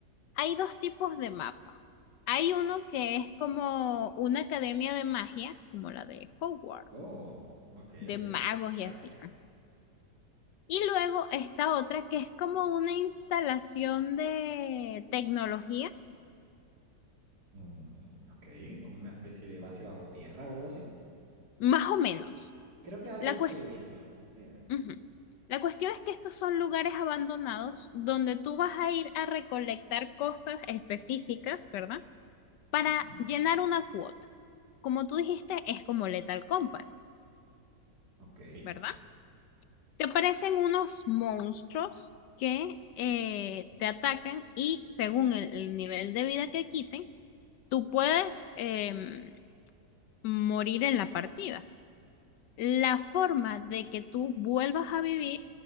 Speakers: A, on the left; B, on the right.
A: Hay dos tipos de mapa. Hay uno que es como una academia de magia, como la de Hogwarts,
B: Oh, ok,
A: de
B: ok.
A: magos y
B: Magia.
A: así. Y luego esta otra que es como una instalación de tecnología,
B: Mm, ok, como una especie de base bajo tierra o algo así.
A: más o menos.
B: Creo que algo
A: La,
B: así
A: cuest-
B: he visto. Eh,
A: ujú. La cuestión es que estos son lugares abandonados donde tú vas a ir a recolectar cosas específicas, ¿verdad? Para
B: ujú,
A: llenar una cuota. Como tú dijiste, es como Lethal Company,
B: Ok.
A: ¿verdad? Te aparecen unos monstruos que eh, te atacan y según el, el nivel de vida que quiten, tú puedes... em, morir en la partida. La forma de que tú vuelvas a vivir